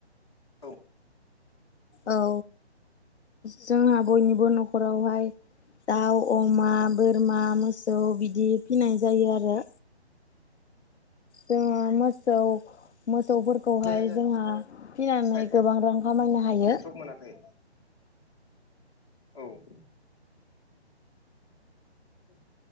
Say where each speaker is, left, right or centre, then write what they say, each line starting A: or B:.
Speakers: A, on the left; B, on the left.
A: औ
B: औ जोंहा बयनिबो न' खरावहाय दाउ, अमा, बोरमा, मोसौ बिदि फिनाय जायो आरो जोङो मोसौ मोसौफोरखौहाय
A: एसे
B: जोंहा फिनानै
A: साइद
B: गोबां रां खामायनो हायो
A: नेटवर्क मोनाखै औ <unintelligible>